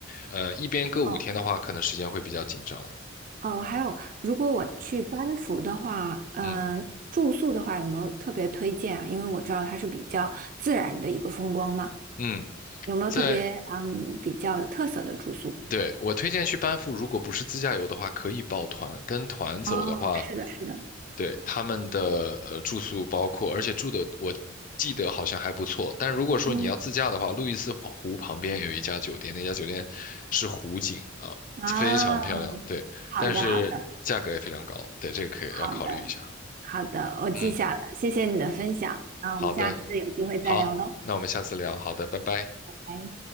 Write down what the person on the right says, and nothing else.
哦
哦，还有，如果我去班夫的话，嗯、
住宿的话有没有特别推荐啊？因为我知道它是比较自然的一个风光嘛，
有没有特别嗯比较有特色的住宿？
哦，是的，是的，
嗯，
啊，
好的，
好的，
好的，好的，我记下了，
谢谢你的分享，那我们下次有机会再聊喽，
拜。